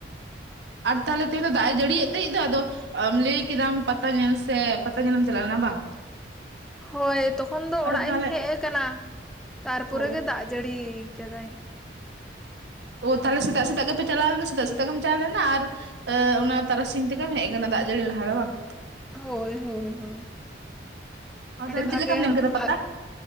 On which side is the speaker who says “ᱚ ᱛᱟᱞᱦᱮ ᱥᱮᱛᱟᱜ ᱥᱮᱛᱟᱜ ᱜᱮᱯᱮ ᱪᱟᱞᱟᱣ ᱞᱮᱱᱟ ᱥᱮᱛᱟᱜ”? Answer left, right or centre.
Right